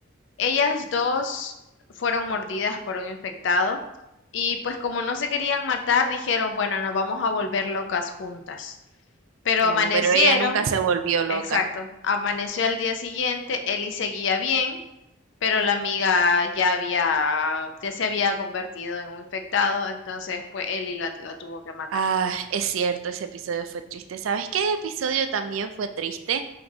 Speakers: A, on the left (about 65°); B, on the right (about 85°).
A: Ellas dos fueron mordidas por un infectado y pues como no se querían matar, dijeron, bueno, nos vamos a volver locas juntas. Pero
B: No,
A: amanecieron,
B: pero ella nunca se volvió loca.
A: exacto, amaneció al día siguiente, Ellie seguía bien pero la amiga ya había, ya se había convertido en un infectado, entonces pues Ellie la, la tuvo que matar.
B: Ah, es cierto, ese episodio fue triste. ¿Sabes qué episodio también fue triste?